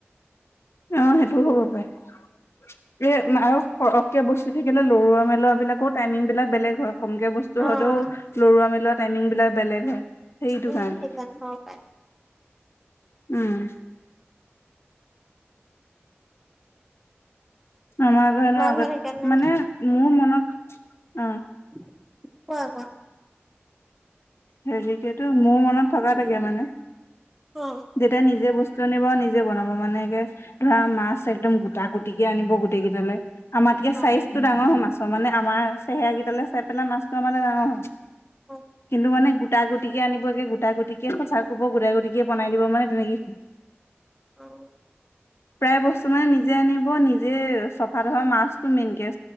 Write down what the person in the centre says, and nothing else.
অ'।
উম,
সেইকাৰণে হ'ব পাৰে,
ঘৰত সেইকাৰণে
কোৱা কোৱা
উম
অ
অ অ
আহ